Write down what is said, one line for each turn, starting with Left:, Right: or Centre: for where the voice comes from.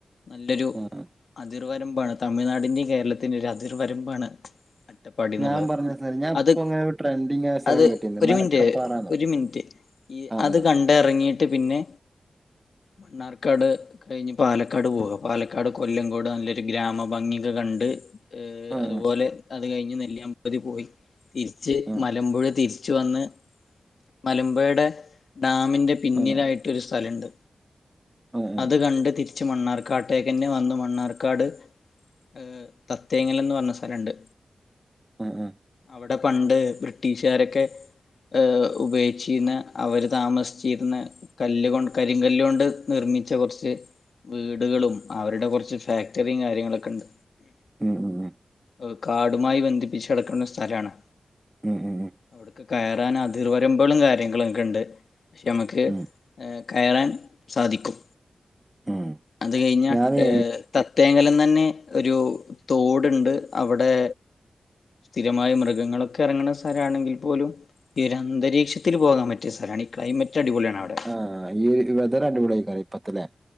Left: നല്ലൊരു
Right: ആഹ്
Left: അതിർവരമ്പാണ് തമിഴ്നാടിന്റെയും കേരളത്തിന്റെയും ഒരു അതിർവരമ്പാണ് അട്ടപാടിന്നുള്ളത്
Right: ഞാൻ പറഞ്ഞ സ്ഥലം ഞാൻ
Left: അത്
Right: ഇപ്പ ഇങ്ങനെ ഒരു ട്രെൻഡിങ് ആയ സ്ഥലം
Left: അത്
Right: കേട്ടിരുന്നു
Left: ഒരു
Right: മലക്കപ്പാറാന്നോ
Left: മിനിറ്റ് ഒരു മിനിറ്റ് ഈ
Right: ആഹ്
Left: അത് കണ്ടിറങ്ങിയിട്ട് പിന്നെ മണ്ണാർക്കാട് കഴിഞ്ഞ് പാലക്കാട് പോവാ പാലക്കാട് കൊല്ലംങ്കോട് നല്ലൊരു ഗ്രാമ ഭംഗിയൊക്കെ കണ്ട് ഏഹ്
Right: ആഹ്
Left: അതുപോലെ അത് കഴിഞ്ഞ് നെല്ലിയാമ്പതി പോയി തിരിച്ച്
Right: ആഹ്
Left: മലമ്പുഴ തിരിച്ച് വന്ന് മലമ്പുയയുടെ ഡാമിന്റെ പിന്നിലായിട്ടൊരു
Right: ആഹ്
Left: സ്ഥലണ്ട്
Right: ആഹ് ആഹ്
Left: അത് കണ്ട് തിരിച്ച് മണ്ണാർക്കാട്ടേക്ക് തന്നെ വന്ന് മണ്ണാർക്കാട് ഏഹ് തത്യേങ്ങലന്ന് പറഞ്ഞ സ്ഥലണ്ട്
Right: ഉം ഉം
Left: അവിടെ പണ്ട് ബ്രിട്ടീഷുകാരൊക്കെ ഏഹ് ഉപയോഗിച്ചിരുന്ന അവർ താമസിച്ചിരുന്ന കല്ല് കൊണ്ട് കരിങ്കല്ല് കൊണ്ട് നിർമിച്ച കൊറച്ച് വീടുകളും അവരുടെ കൊറച്ച് ഫാക്ടറിയും കാര്യങ്ങളൊക്കെണ്ട്
Right: ഉം ഉം ഉം
Left: ഏഹ് കാടുമായി ബന്ധിപ്പിച്ച് കെടക്കണ സ്ഥലാണ്
Right: ഉം ഉം ഉം
Left: അവിടെക്ക് കയറാൻ അതിർ വരുമ്പുകളും കാര്യങ്ങളും ഒക്കെ ഉണ്ട് പക്ഷെ നമ്മുക്ക്
Right: ഉം
Left: ഏഹ് കയറാൻ സാധിക്കും
Right: ആഹ്
Left: അത് കഴിഞ്ഞ
Right: ഞാനേ
Left: ഏഹ് <unintelligible> തേങ്ങലം തന്നെ ഒരു തോടുണ്ട് അവിടെ സ്ഥിരമായി മൃഗങ്ങളൊക്കെ ഇറങ്ങണ സ്ഥലമാണെങ്കിൽ പോലും ഈ ഒരു അന്തരീക്ഷത്തിൽ പോകാൻ പറ്റിയ സ്ഥലമാണ് ഈ ക്ലൈമറ്റ് അടിപൊളിയാണ് അവിടെ
Right: ആഹ് ഈ ഒരു വെതറ് <unintelligible>